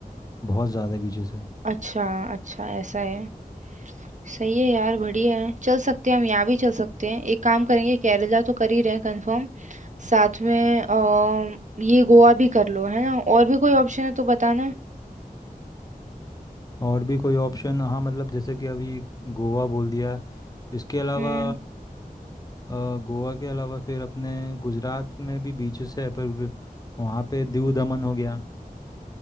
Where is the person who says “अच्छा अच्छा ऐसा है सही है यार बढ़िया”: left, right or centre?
Right